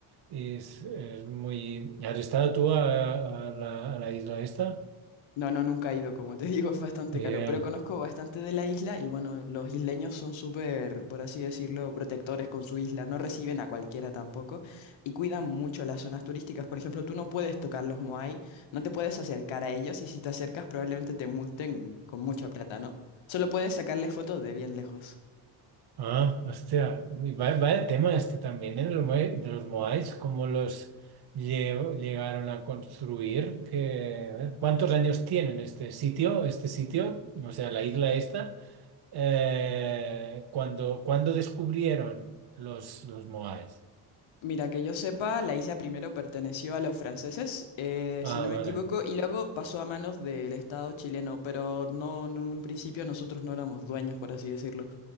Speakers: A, on the right; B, on the left.
A: Y es, es muy. ¿Has estado tú a, a la, a la isla esta?
B: No, no, nunca he ido, como te <laughs> digo, es bastante
A: Eh,
B: caro, pero conozco bastante de la isla y bueno, los isleños son súper, por así decirlo, protectores con su isla, no reciben a cualquiera tampoco y cuidan mucho las zonas turísticas. Por ejemplo, tú no puedes tocar los moai, no te puedes acercar a ellos y si te acercas probablemente te multen con mucha plata, ¿no? Solo puedes sacarles fotos de bien lejos.
A: ah, hostia, y va- vaya, tema este también, ¿eh? De los, Moai- de los Moais, cómo los lle- llegaron a construir. que- ¿cuántos años tienen este sitio, este sitio? O sea, la isla esta. Eh, cuando, cuando descubrieron los, los Moais.
B: Mira, que yo sepa, la isla primero perteneció a los franceses, eh,
A: Ah,
B: si no
A: vale.
B: me equivoco, y luego pasó a manos del Estado chileno, pero no, no en un principio nosotros no éramos dueños, por así decirlo.